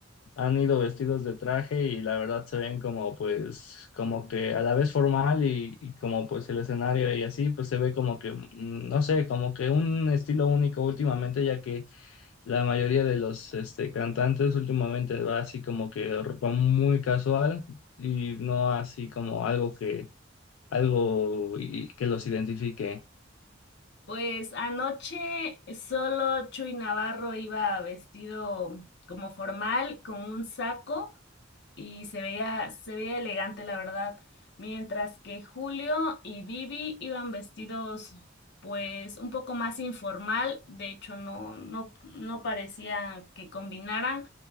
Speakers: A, on the left (about 80°); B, on the left (about 60°).
A: han ido vestidos de traje y la verdad se ven como pues, como que a la vez formal y, y como pues el escenario y así, pues se ve como que, mm, no sé, como que un estilo único últimamente, ya que la mayoría de los este, cantantes últimamente va así como que ropa muy casual y no así como algo que, algo y- que los identifique.
B: Pues anoche solo Chuy Navarro iba vestido como formal, con un saco y se veía, se veía elegante, la verdad. Mientras que Julio y Vivi iban vestidos, pues, un poco más informal. De hecho, no, no, no parecía que combinaran,